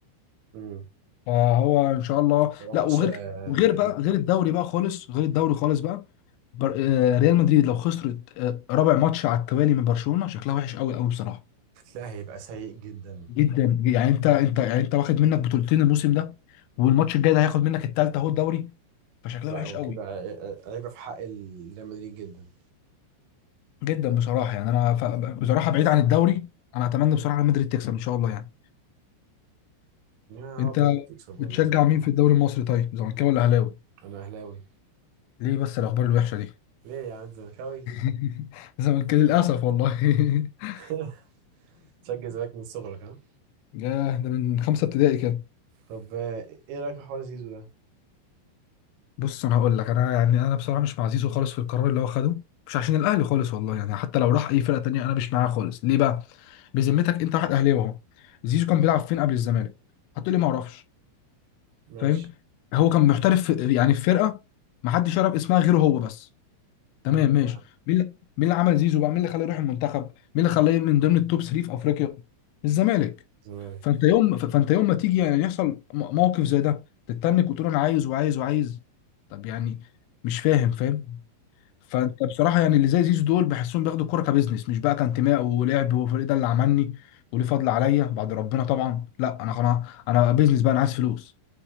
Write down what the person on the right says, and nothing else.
امم
هيبقى
ماتش
آه،
جامد
جدا
لا هيبقى سيء جدا
لا
هو
كده ع- عيبة في حق ال- ريال مدريد جدا
يا
رب الريال تكسب
والله
انا اهلاوي
ليه يا عم أنت زملكاوي
<laughs> تشجع الزمالك من صغرك ها
طب آه، ايه رايك في حوار زيزو ده
ماشي
تمام.
زمالك